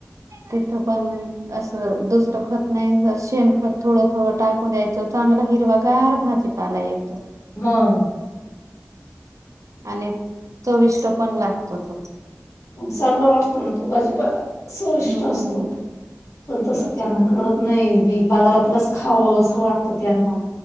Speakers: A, on the right (about 75°); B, on the left (about 65°).
A: तिथं पण अस दुसरं खत नाही शेणखत थोडं थोडं टाकून द्यायचं चांगला हिरवागार भाजीपाला येत
B: म
A: आणि चोविष्ट पण लागतो तो
B: मग चांगला वाटतं ना तो भाजीपाला सविष्ट
A: हम्म
B: असतो पण तसं
A: त्याच्या
B: त्यांना कळत नाही बी बाजारातीलच खावं असं वाटत त्यांना